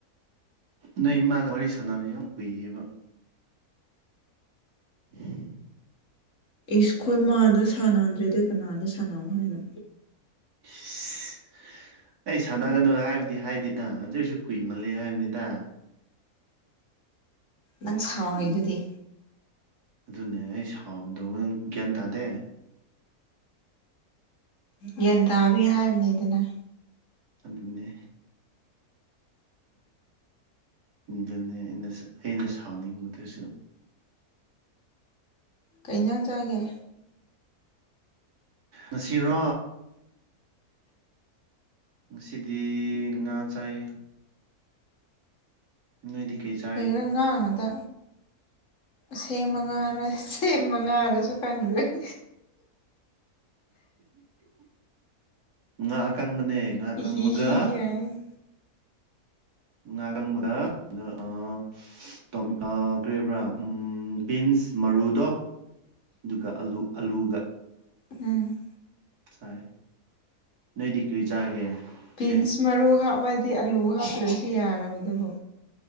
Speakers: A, on the right (about 85°); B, on the left (about 55°).
A: ꯅ ꯏꯃꯥꯡꯒ ꯋꯥꯔꯤꯔꯤ ꯁꯅꯃꯤ ꯀꯏꯦꯕ <inaudible>
B: ꯏꯁ ꯈꯣꯏ ꯃꯥꯗ ꯁꯥꯅꯗ꯭ꯔꯗꯤ ꯀꯅꯥꯗ ꯁꯥꯅꯧ ꯍꯥꯏꯅꯣ
A: ꯏꯁ ꯑꯩ ꯁꯥꯅꯒꯅꯨ ꯍꯥꯏꯕꯗꯤ ꯍꯥꯏꯗꯦ ꯗ ꯑꯗꯨꯁꯨ ꯀꯨꯏꯃꯜꯂꯦ ꯍꯥꯏꯕꯅꯤꯗ
B: ꯅꯪ ꯁꯥꯎꯔꯤꯗꯨꯗꯤ
A: ꯑꯗꯨꯅꯦ ꯑꯩ ꯁꯥꯎꯕꯗꯣ ꯅꯪ ꯒ꯭ꯌꯥꯟ ꯇꯥꯗꯦ
B: ꯒ꯭ꯌꯥꯟ ꯇꯥꯕꯒꯤ ꯍꯥꯏꯕꯅꯤꯗꯅ
A: ꯑꯗꯨꯅꯦ ꯑꯗꯨꯅꯦ ꯑꯩꯅ ꯑꯩꯅ ꯁꯥꯎꯅꯤꯡꯕꯗꯨꯁꯨ
B: ꯀꯩꯖꯥꯡ ꯆꯥꯒꯦ
A: ꯉꯁꯤꯔꯣ ꯉꯁꯤꯗꯤ ꯉꯥ ꯆꯥꯏꯌꯦ ꯅꯣꯏꯗꯤ ꯀꯩ ꯆꯥ
B: ꯀꯩꯒꯤꯔꯥ ꯉꯥ ꯉꯥꯛꯇ ꯁꯦꯝꯃ ꯉꯥꯔ ꯁꯦꯝꯃ ꯉꯥꯔꯁꯨ ꯈꯪꯗ꯭ꯔꯦ <inaudible>
A: <inaudible> ꯉꯥ ꯑꯀꯪꯕꯅꯦ ꯉꯥ ꯑꯀꯪꯕꯒ
B: ꯍꯤꯍꯤ ꯍꯥꯌꯦ
A: ꯉꯥꯔꯪ ꯒ ꯉꯥ ꯑ ꯇꯣꯝ ꯑ ꯀꯔꯤꯕ꯭ꯔꯥ ꯎꯝ ꯕꯤꯟꯁ ꯃꯔꯨꯗꯣ ꯗꯨꯒ ꯑꯂꯨ ꯑꯂꯨꯒ
B: ꯎꯝ
A: ꯆꯥꯏ ꯅꯣꯏꯗꯤ ꯀ꯭ꯔꯤ ꯆꯥꯒꯦ
B: ꯄꯤꯟꯁ
A: ꯁꯤ
B: ꯃꯔꯨ ꯍꯥꯞꯄꯗꯤ ꯑꯥꯂꯨ ꯍꯥꯞꯇ꯭ꯔꯁꯨ ꯌꯥꯔꯕꯗꯨꯕꯨ